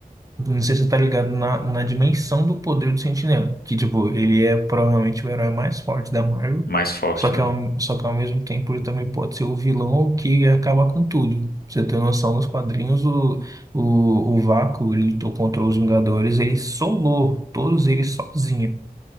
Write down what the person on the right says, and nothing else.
Não sei se você tá ligado na, na dimensão do poder do Sentinela. Que, tipo, ele é provavelmente o herói mais forte da Marvel.
Só que,
ao, só que ao mesmo tempo ele também pode ser o vilão que acaba com tudo. Pra você ter noção, nos quadrinhos, o, o, o Vácuo, ele lutou contra os Vingadores, ele solou todos eles sozinho.